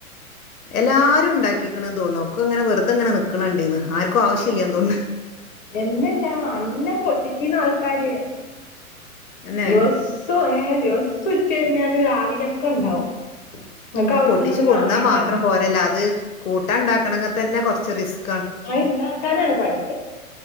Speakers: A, on the left; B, on the left.
A: എല്ലാരും ഉണ്ടാക്കിക്കണന്ന് തോണു ഒക്കെ വെറുതെ ഇങ്ങനെ നിക്കണക്കണ്ടന്ന് ആർക്കും ആവശ്യമില്ലാ അതോണ്ട്.
B: എന്നല്ലാ നല്ല പൊട്ടിക്കുന്ന ആൾക്കാര്
A: തന്നെ
B: ദിവസ് സോ ദിവസം ഉച്ച കഴഞ്ഞാല് രാവില ഒക്കെ ഉണ്ടാവും നിങ്ങക്ക് അവിടുന്ന്
A: പൊട്ടിച്ചു
B: ഇങ്ങട്
A: കൊടന്നാ
B: കാണായിട്ടാണ്
A: മാത്രം പോരല്ല അത് കൂട്ടാ ഉണ്ടാക്കണെങ്കിൽ തന്നെ കുറച്ച് റിസ്ക്
B: ആ ഉണ്ടാക്കാനാണ് പണി